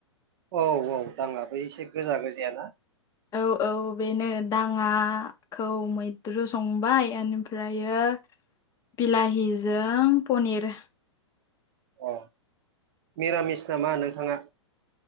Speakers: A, on the right; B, on the left.
A: औ औ दाङा बै एसे गोजा गोजायाना?
B: औ औ बेनो दाङा खौ मैद्रु संबाय ओनिफ्रायो बिलाहि जों पनिर।
A: अ मिरामिस नामा नोंथाङा?